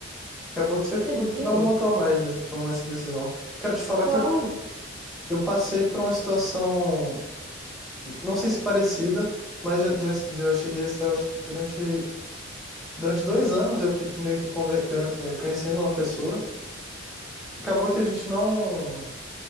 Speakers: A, in the centre; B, on the right (about 35°).
A: acabou que você, tipo,
B: Você vê?
A: não voltou mais, né? Tipo, tomou essa decisão. Quero te falar
B: Claro.
A: que eu, eu passei por uma situação, não sei se parecida, mas já, já, já cheguei a estar, eu acho, durante, durante dois anos eu fiquei, tipo, meio que conver, eh, conhecendo uma pessoa. Acabou que a gente não